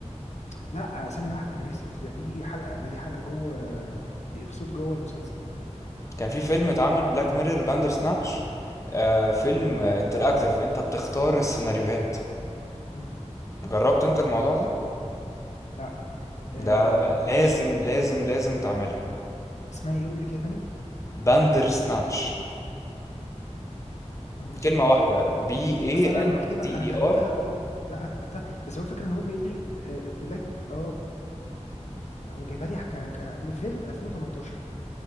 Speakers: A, on the left; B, on the left.
A: لا آه، ثانيه واحده انا اسف ده دي حلقه ده دي حلقه جوه دي ابسود جوه المسلسل اه
B: كان في فيلم اتعمل بلاك ميرور باندرسناتش آه فيلم interactive أنت بتختار السيناريوهات،
A: مم.
B: جربت أنت الموضوع ده؟
A: لا آه
B: ده
A: معلش
B: لازم لازم لازم تعملها،
A: اسمها ايه قول لي كده تاني
B: باندرسناتش
A: باندر سناتش
B: كلمة واحدة B A
A: اصل انا لما
B: N
A: بكتبها
B: D
A: انا كتبتها
B: E R
A: اه لا انا كتبتها بس هو الفكره ان هو بيقول لي آه بلاك اه هو جايبها لي ك... كفيلم 2018